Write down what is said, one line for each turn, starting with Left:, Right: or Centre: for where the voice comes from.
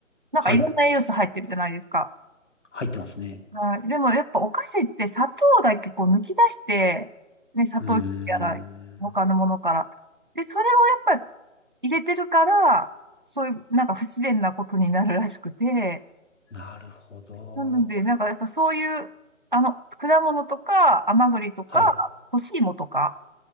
Right: なんかいろんな栄養素入ってるじゃないですか。
Left: はい。入ってますね。
Right: はい。でもやっぱお菓子って砂糖だけこう抜き出して、ね、砂糖切りやら他のものから。
Left: うーん。
Right: で、それをやっぱ入れてるから、そういうなんか不自然なことになるらしくて、
Left: なるほど。
Right: なのでなんかやっぱそういう、あの、果物とか甘栗とか
Left: はい。
Right: 干し芋とか、